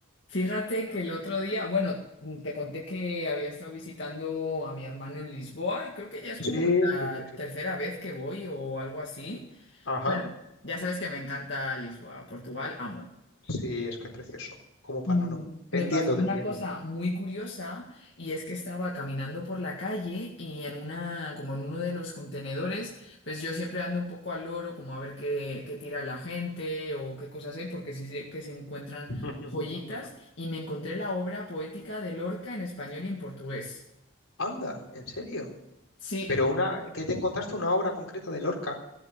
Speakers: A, on the left; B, on the left.
A: Fíjate que el otro día, bueno, mm, te conté que había estado visitando a mi hermano en Lisboa y creo que ya es
B: Sí,
A: como la
B: sí,
A: tercera vez que voy o algo así.
B: ajá.
A: Bueno, ya sabes que me encanta Lisboa, Portugal, amo.
B: Sí, es que es precioso. Como para
A: Mm,
B: no. Te
A: Me
B: entiendo,
A: pasó una
B: te entiendo.
A: cosa muy curiosa y es que estaba caminando por la calle y en una, como en uno de los contenedores, pues yo siempre ando un poco al loro, como a ver qué, qué tira la gente o qué cosas hay, porque sí sé que se encuentran
B: <laughs>
A: joyitas y me encontré la obra poética de Lorca en español y en portugués.
B: Anda, ¿en serio?
A: Sí,
B: Pero una, ¿qué te encontraste una obra concreta de Lorca?